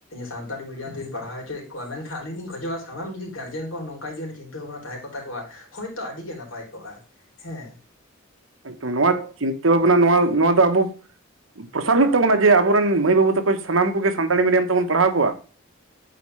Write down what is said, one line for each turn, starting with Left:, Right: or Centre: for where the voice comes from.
Left: ᱥᱟᱱᱛᱟᱲᱤ ᱢᱤᱰᱤᱭᱟᱢ ᱛᱮᱵᱤᱱ ᱯᱟᱲᱦᱟᱣ ᱚᱪᱚᱭᱮᱫ ᱠᱚᱣᱟ ᱢᱮᱱᱠᱷᱟᱱ ᱟᱹᱞᱤᱧ ᱞᱤᱧ ᱠᱷᱚᱡᱚᱜᱼᱟ ᱥᱟᱱᱟᱢ ᱡᱩᱫᱤ ᱜᱟᱨᱡᱮᱱ ᱱᱚᱝᱠᱟ ᱡᱩᱫᱤ ᱪᱤᱱᱛᱟᱹ ᱵᱷᱟᱵᱱᱟ ᱛᱟᱦᱮᱸ ᱠᱚᱜ ᱛᱟᱠᱚᱣᱟ ᱦᱚᱭ ᱛᱚ ᱟᱹᱰᱤ ᱜᱮ ᱱᱟᱯᱟᱭ ᱠᱚᱜᱼᱟ ᱦᱮᱸ᱾
Right: ᱮᱠᱫᱚᱢ ᱱᱚᱣᱟ ᱪᱤᱱᱛᱟᱹ ᱵᱷᱟᱵᱽᱱᱟ ᱱᱚᱣᱟ ᱱᱚᱣᱟ ᱫᱚ ᱟᱵᱚ ᱯᱨᱚᱥᱟᱨ ᱦᱩᱭᱩᱜ ᱛᱟᱵᱚᱱᱟ ᱡᱮ ᱟᱵᱚᱨᱮᱱ ᱢᱟᱹᱭ ᱵᱟᱹᱵᱩ ᱛᱮᱠᱚ ᱥᱟᱱᱟᱢ ᱠᱚᱜᱮ ᱥᱟᱱᱛᱟᱲᱤ ᱢᱤᱰᱤᱭᱟᱢ ᱛᱮᱵᱚᱱ ᱯᱟᱲᱦᱟᱣ ᱠᱚᱣᱟ᱾